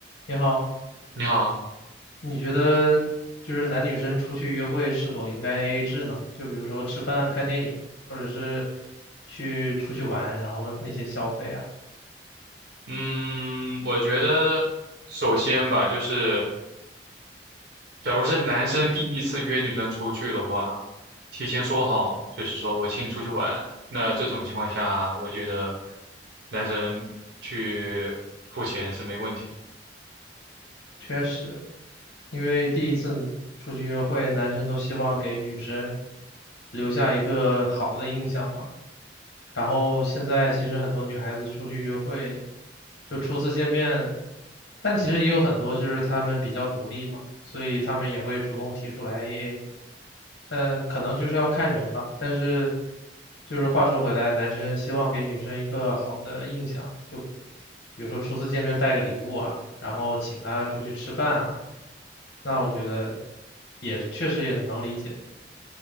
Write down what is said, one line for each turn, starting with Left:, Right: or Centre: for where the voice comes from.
Left: 你好，
Right: 你好，
Left: 你觉得就是男女生出去约会是否应该 AA 制呢？就比如说吃饭、看电影，或者是去出去玩，然后那些消费啊，
Right: 嗯，我觉得首先吧，就是假如是男生第一次约女生出去的话，提前说好，就是说我请你出去玩。那这种情况下，我觉得男生去付钱是没问题的
Left: 确实，因为第一次出去约会，男生都希望给女生留下一个好的印象嘛。然后现在其实很多女孩子出去约会，就初次见面，但其实也有很多就是她们比较独立嘛，所以她们也会主动提出来 AA。但可能就是要看人吧。但是，就是话说回来，男生希望给女生一个好的印象，就比如说初次见面带个礼物啊，然后请她出去吃饭啊，那我觉得也确实也能理解。